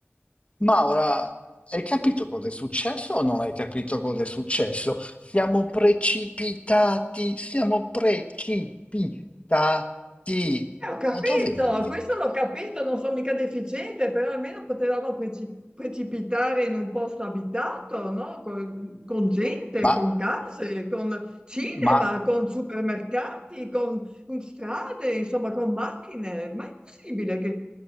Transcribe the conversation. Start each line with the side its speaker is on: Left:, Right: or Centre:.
Left: Maura, hai capito cosa è successo o non hai capito cosa è successo? Siamo precipitati, siamo precipitati.
Right: Eh, ho capito,
Left: Ma dove vivi?
Right: questo l'ho capito, non sono mica deficiente, però almeno potevamo preci- precipitare in un posto abitato, no? Con, con gente,
Left: Ma,
Right: con case, con cinema,
Left: ma,
Right: con supermercati, con, con strade, insomma, con macchine. Ma è possibile che